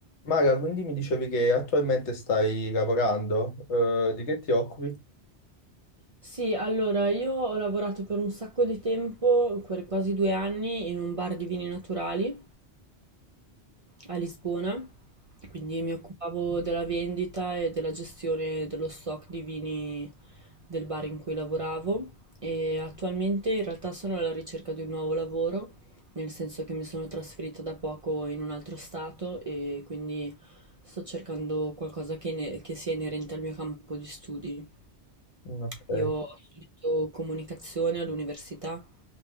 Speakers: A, on the left; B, on the right.
A: Mara, quindi mi dicevi che attualmente stai lavorando, eh, di che ti occupi?
B: Sì, allora io ho lavorato per un sacco di tempo, que- quasi due anni, in un bar di vini naturali a Lisbona, quindi mi occupavo della vendita e della gestione dello stock di vini del bar in cui lavoravo e attualmente in realtà sono alla ricerca di un nuovo lavoro, nel senso che mi sono trasferita da poco in un altro stato e quindi sto cercando qualcosa che, ne- che sia inerente al mio campo di studi.
A: Mm, Ok. Eh,
B: Io ho studiato comunicazione all'università,